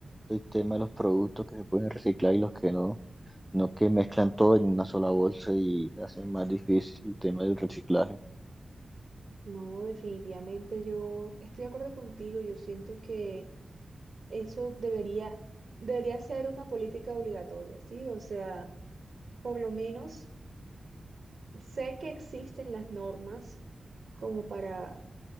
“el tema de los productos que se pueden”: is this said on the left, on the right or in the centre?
Centre